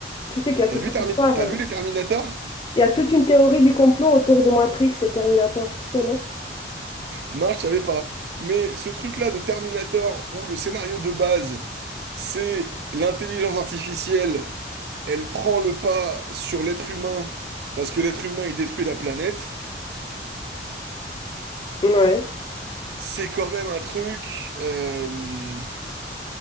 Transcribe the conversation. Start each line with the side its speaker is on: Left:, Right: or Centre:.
Left: tu sais qu'il y a
Right: T'as
Left: toute
Right: vu,
Left: une
Right: Termi-
Left: histoire,
Right: T'as
Left: euh,
Right: vu les Terminator?
Left: il y a toute une théorie du complot autour de Matrix et Terminator, tu sais, non?
Right: Non, je savais pas. Mais ce truc-là de Terminator, où le scénario de base, c'est l'intelligence artificielle, elle prend le pas sur l'être humain, parce que l'être humain, il détruit la planète.
Left: Ouais.
Right: C'est quand même un truc euh,